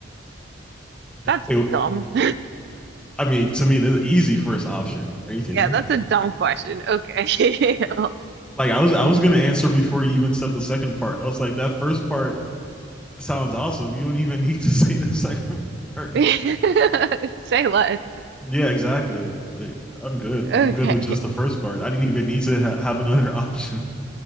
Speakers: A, on the right; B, in the centre.
A: that's
B: Wait,
A: dumb. <laughs>
B: I mean, to me, the easy first option. Are you kidding
A: Yeah,
B: me?
A: that's a dumb question. Okay. <laughs>
B: Like I was, I was gonna answer before you even said the second part. I was like, that first part sounds awesome. You don't even need to <laughs> say the second part.
A: <laughs> Say less.
B: Yeah, exactly. Like I'm good.
A: Okay.
B: I'm good with just the first part. I didn't even need to ha- have another <laughs> option.